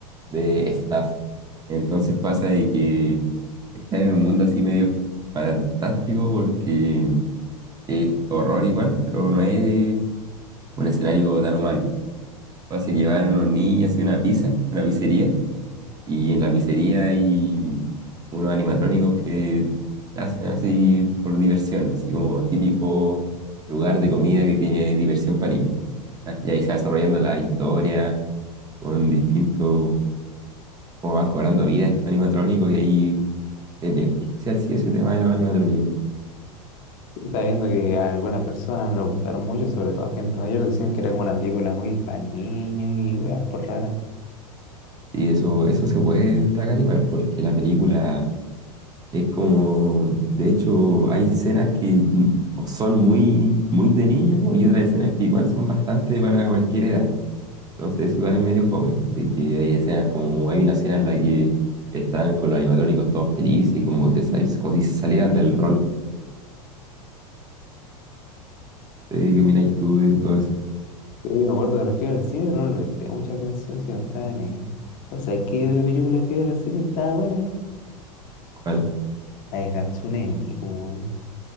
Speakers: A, on the right (about 20°); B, on the left (about 45°).
A: de FNAF. Entonces pasa de que están en un mundo así medio fantástico porque es horror igual, pero no es un escenario tan humano. Pasa que van unos niños y una pizza, una pizzería. Y en la pizzería hay unos animatrónicos que hacen así por diversión, así como típico lugar de comida que tiene diversión para niños. ¿ya? Y ahí se va desarrollando la historia con distintos, cómo van cobrando vida estos animatrónicos y ahí es bien controversial, sí, ese tema de los animatrónicos.
B: Estaba viendo que a algunas personas no les gustaron mucho, sobre todo a gente mayor, decían que era como una película muy pa' niños y weas por raras.
A: Y eso, eso se puede destacar igual porque la película Es como, de hecho, hay escenas que mm, o son muy, muy de niño y otras escenas que igual son bastante para cualquier edad. Entonces eso igual es medio fome, de que hay escenas como, hay una escena en la que están con los animatrónicos todos felices y como, que sal- como si se salieran del rol. Sí, ¿Qué opináis tú de todo eso?
B: Yo me acuerdo que la fui a ver al cine, pero no le presté mucha atención si no estaba ni ahí. O sea, ¿qué película fui a ver al cine y estaba buena?
A: ¿Cuál?
B: La de Hatsune Miku, weón.